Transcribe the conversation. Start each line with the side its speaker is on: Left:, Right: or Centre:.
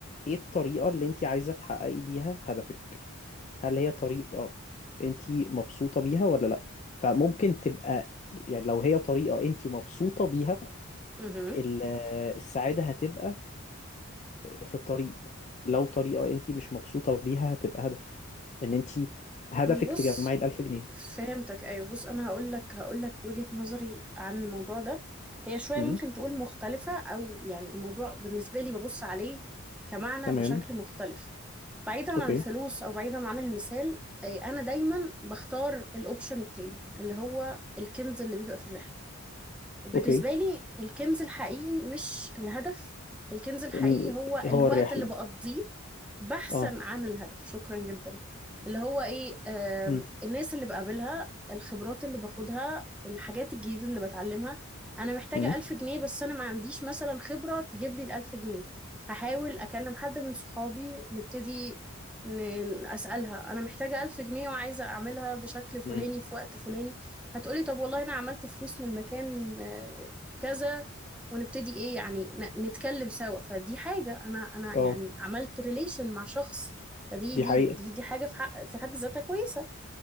Left: ايه الطريقة اللي انت عايزة تحققي بيها هدفك؟ هل هي طريقة انت مبسوطة بيها ولا لأ؟ فممكن تبقى يعني لو هي طريقة انت مبسوطة بيها
Centre: مهم.
Left: ال- السعادة هتبقى في الطريق لو طريقة انت مش مبسوطة بيها هتبقى هدف ان انت هدفك
Centre: بص
Left: تجمعي الألف جنيه
Centre: فهمتك ايوه بص انا هقول لك هقول لك وجهة نظري عن الموضوع ده هي شوية
Left: امم
Centre: ممكن تقول مختلفة او يعني الموضوع بالنسبة لي ببص عليه كمعنى
Left: تمام
Centre: بشكل مختلف بعيدا عن
Left: اوكي
Centre: الفلوس او بعيدا عن المثال أي انا دايما بختار الاوبشن التاني اللي هو الكنز اللي بيبقى في الرحلة بالنسبة
Left: اوكي
Centre: لي الكنز الحقيقي مش الهدف الكنز الحقيقي
Left: ال-
Centre: هو
Left: هو
Centre: الوقت
Left: الرحلة
Centre: اللي بقضيه بحثا
Left: اه
Centre: عن الهدف شكرا جدا اللي هو ايه آم،
Left: امم
Centre: الناس اللي بقابلها الخبرات اللي باخدها الحاجات الجديدة اللي بتعلمها انا محتاجة
Left: امم
Centre: ألف جنيه بس انا ما عنديش مثلا خبرة تجيب لي الألف جنيه هحاول أكلم حد من صحابي نبتدي ن- أسألها أنا محتاجة ألف جنيه وعايزة أعملها بشكل فلاني
Left: امم
Centre: في وقت فلاني هتقولي طب والله انا عملت فلوس من المكان آه، كذا ونبتدي ايه يعني ن- نتكلم سوا فدي حاجة انا انا
Left: اه
Centre: يعني عملت ريليشن مع شخص فدي
Left: دي
Centre: دي
Left: حقيقة
Centre: دي دي حاجة في حق في حد ذاتها كويسة